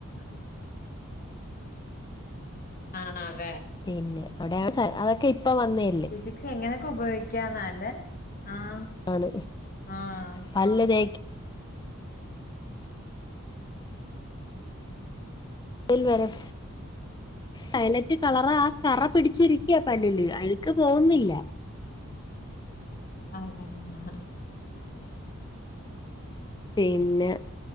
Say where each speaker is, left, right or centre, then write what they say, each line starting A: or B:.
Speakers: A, on the left (about 40°); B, on the left (about 20°).
A: ഹ ആഹ അതെ
B: പിന്നെ, അവിടെയാണ് സാ, അതൊക്കെ ഇപ്പ വന്നേ
A: ഫിസിക്സ് എങ്ങനെയൊക്കെ ഉപയോഗിക്കാന്നല്ലേ!. ആഹ്,
B: ണ്.
A: ആഹ്
B: പല്ല്തേ ഇൽ വരം വയിലറ്റ് കളർ ആ കറ പിടിച്ചിരിക്കയാ പല്ലല് അഴക്ക് പോകുന്നില്ല
A: ആഹ അഹ
B: പിന്നെ